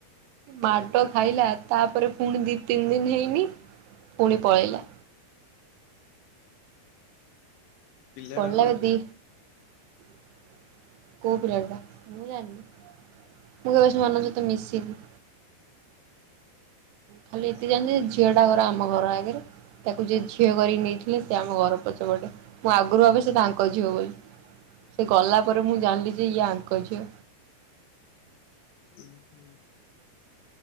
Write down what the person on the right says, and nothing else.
ମାଡ ଖାଇଲା ତାପରେ ପୁଣି ଦି ତିନି ଦିନ ହେଇନି ପୁଣି ପଳେଇଲା।
ପଢିଲା
ବେ
ଦି <inaudible> କୋଉ ପିଲାଟା ମୁଁ ଜାଣିନି? ମୁଁ କେବେ ସେମାନଙ୍କ
ସହିତ ମିଶିନି। ଖାଲି
ଏତିକି ଜାଣିଚି ଝିଅ ତାଙ୍କ ଘର ଆମ ଘର ଆଗରେ ତାକୁ ଯିଏ ଝିଅ କରି ନେଇଥିଲେ ସେ ଆମ ଘର ପଛପଟେ ମୁଁ ଆଗରୁ ଭାବେ ସେ ତାଙ୍କ ଝିଅ ବୋଲି ସେ ଗଲା ପରେ ମୁଁ ଜାଣିଲି ଯେ, ଏଇ ୟାଙ୍କ ଝିଅ।